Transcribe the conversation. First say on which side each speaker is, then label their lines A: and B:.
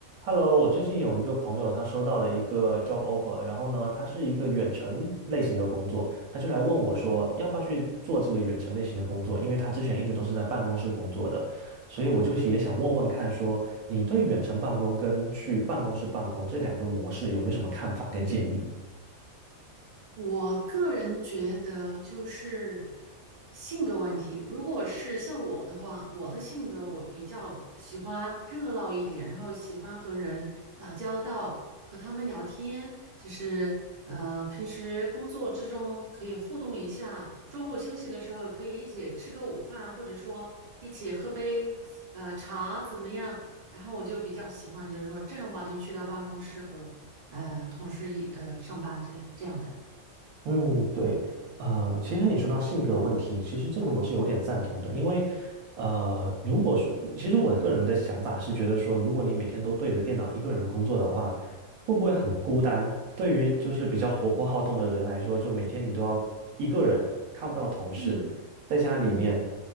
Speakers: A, on the right; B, on the right.
A: Hello，我最近有一个朋友，他收到了一个 job offer，然后呢，他是一个远程类型的工作，他就来问我说，要不要去做这个远程类型的工作？因为他之前一直都是在办公室工作的，所以我就也想问问看说，你对远程办公跟去办公室办公这两个模式有没有什么看法跟建议？
B: 我个人觉得就是性格问题。如果是像我的话，我的性格我比较喜欢热闹一点，然后喜欢和人打交道，和他们聊天，就是呃平时工作之中可以互动一下，中午休息的时候可以一起吃个午饭，或者说一起喝杯呃茶怎么样？然后我就比较喜欢就是说正儿八经去到办公室和呃同事一呃上班这这样的。
A: 嗯，对，呃，其实你说到性格问题，其实这个我是有点赞同的，因为，呃，如果说，其实我个人的想法是觉得说，如果你每天都对着电脑一个人工作的话，会不会很孤单？对于就是比较活泼好动的人来说，就每天你都要一个人，看不到同事，
B: 嗯
A: 在家里面
B: 嗯，